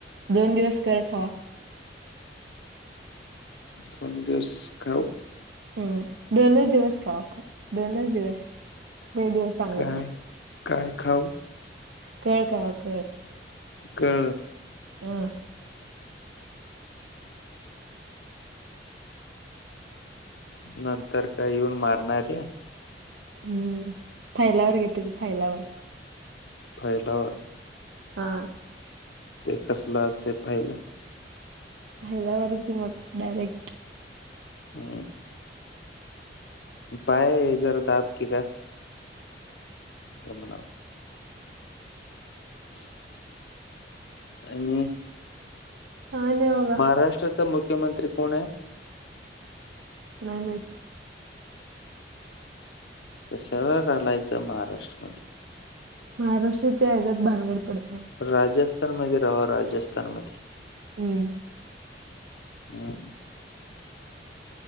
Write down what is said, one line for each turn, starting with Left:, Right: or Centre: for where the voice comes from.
Right: दोन दिवस कड खावा.
Left: दोन दिवस का ओ?
Right: हम्म दोनच दिवस खावा काय दोनच दिवस लय दिवस सांगत
Left: काय
Right: नाय.
Left: काय खव?
Right: काय कवा तर <unintelligible>
Left: कळल?
Right: ह.
Left: नंतर काय येऊन मारणारय?
Right: हम्म फायलावर घेतो की फायला
Left: फैलावर.
Right: हा
Left: ते कसलं असते फाईल
Right: पाहिल्यावरच मग डायरेक्ट
Left: हम्. पाय जरा दाब की ग. या म्हणाव ह आणि
Right: काय नाही बघा
Left: महाराष्ट्राचा मुख्यमंत्री कोण आहे?
Right: नाही माहिती
Left: कशाला रडायचं महाराष्ट्रमध्ये?
Right: महाराष्ट्राचे हजात भानगड पड
Left: राजस्थान मध्ये रहावा राजस्थान मध्ये.
Right: हम्म
Left: हम